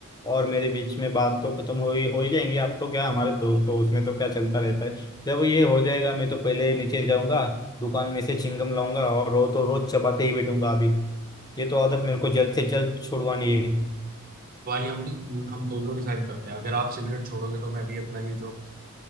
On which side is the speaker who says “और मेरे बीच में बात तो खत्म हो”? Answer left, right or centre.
Left